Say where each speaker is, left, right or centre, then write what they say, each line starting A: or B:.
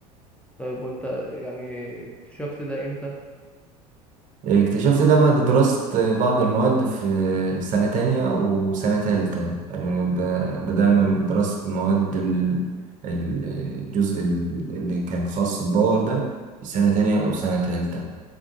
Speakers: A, in the centre; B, on the right.
A: طيب وانت يعني اكتشفت ده امتى؟
B: اكتشفت ده بعد دراسة بعض المواد في سنة تانية وسنة تالتة يعني ب- بدأنا بدراسة مواد ال- ال- الجزء ال- اللي كان خاص بالباور ده في سنة تانية أو سنة تالتة